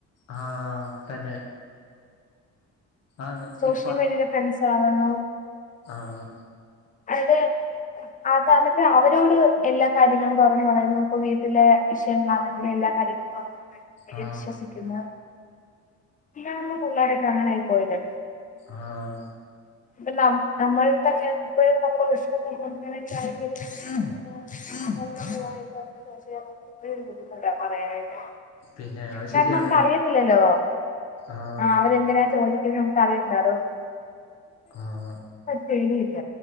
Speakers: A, on the left (about 55°); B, on the left (about 30°).
A: ആഹ് തന്നെ ആന്ന്
B: സോഷ്യൽ
A: ഈ
B: മീഡിയയിലെ ഫ്രണ്ട്സ് ആവുന്നു.
A: ആഹ്
B: അതേ അതാണെങ്കി അവരോട് എല്ലാ കാര്യങ്ങളും തുറന്നു പറയുന്നു ഇപ്പ വീട്ടിലേ വിഷയങ്ങളാണെങ്കിലും എല്ലാ കാര്യ <unintelligible>
A: ആ
B: വിശ്വസിക്കുന്നു ഇപ്പോള്ള പിള്ളേരൊക്കെ അങ്ങനെയായി പോയത്
A: ആഹ്
B: ഇപ്പ നം നമ്മളടടുത്തൊക്കെ <unintelligible> <unintelligible> പറയാനായിട്ട്
A: പിന്നെ അത്
B: കാരണം
A: ശരിയാണേ
B: നമക്ക് അറിയത്തില്ലല്ലോ
A: ആ
B: ആഹ് അവരെന്തിനാ ചോദി <unintelligible>
A: ആഹ്
B: പേടിയില്ല